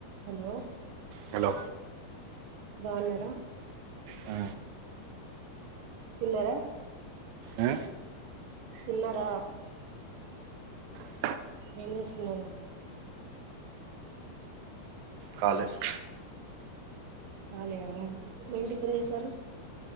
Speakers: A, on the right (about 70°); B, on the right (about 85°).
A: Hello
B: hello
A: బాగున్నారా
B: ఆ
A: తిన్నార
B: ఆ
A: తిన్నారా
B: అ
A: ఏంచేస్తున్నారు.
B: కాలేజ్
A: కాలీయా, ఎం టిఫిన్ చేసారు.